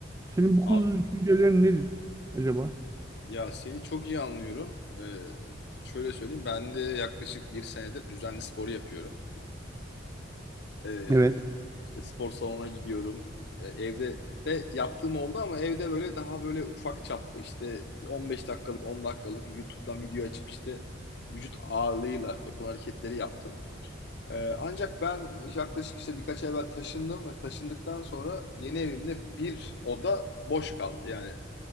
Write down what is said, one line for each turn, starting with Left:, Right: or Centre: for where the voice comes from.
Right: Senin bu
Left: Abi
Right: konuda düşüncelerin nedir acaba?
Left: ya seni çok iyi anlıyorum. Ee, şöyle söyleyeyim ben de yaklaşık bir senedir düzenli sporu yapıyorum. Ee,
Right: Evet.
Left: işte spor salonuna gidiyorum. Ee, evde de yaptığım oldu ama evde böyle daha böyle ufak çaplı işte 15 dakikalık 10 dakikalık YouTube'dan video açıp işte vücut ağırlığıyla yapılan hareketleri yaptım. Ee, ancak ben yaklaşık işte birkaç ay evvel taşındım ve taşındıktan sonra yeni evimde bir oda boş kaldı. Yani